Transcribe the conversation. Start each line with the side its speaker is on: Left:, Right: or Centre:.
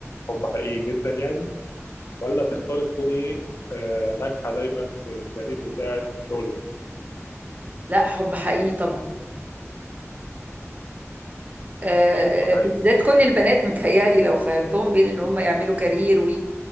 Left: حب حقيقي جدا يعني ولا تختاري تكوني آه، ناجحة دايما في الكارير بتاعك وفي شغلك
Right: لا حب حقيقي طبعا آه
Left: حب حقيقي
Right: آه، <laughs> بالذات كل البنات متهيالي لو خيرتهم بين ان هم يعملوا كارير و